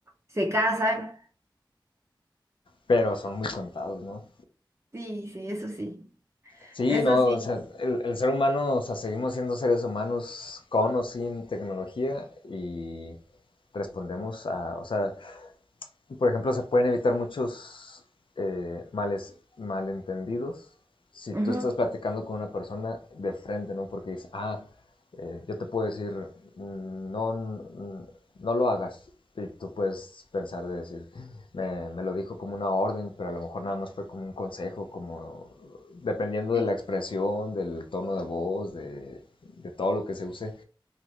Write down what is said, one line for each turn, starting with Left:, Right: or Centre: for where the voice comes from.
Right: se casan.
Left: Pero son muy contados, ¿no?
Right: Sí, sí, eso sí,
Left: Sí,
Right: eso
Left: no,
Right: sí.
Left: o sea, el, el ser humano, o sea, seguimos siendo seres humanos con o sin tecnología y respondemos a, o sea, por ejemplo, se pueden evitar muchos eh, males, malentendidos si
Right: Ujú,
Left: tú estás platicando con una persona de frente, ¿no? Porque dices, ah, eh, yo te puedo decir, mm, no, mm, no lo hagas. Y tú puedes pensar de decir, me, me lo dijo como una orden, pero a lo mejor nada más fue como un consejo, como dependiendo
Right: sí.
Left: de la expresión, del tono de voz, de, de todo lo que se use.